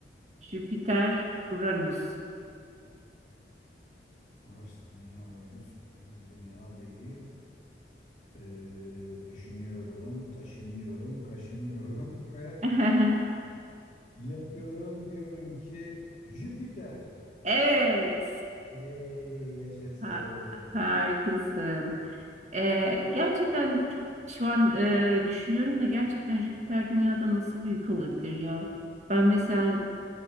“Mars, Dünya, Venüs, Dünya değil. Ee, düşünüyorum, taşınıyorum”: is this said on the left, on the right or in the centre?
Left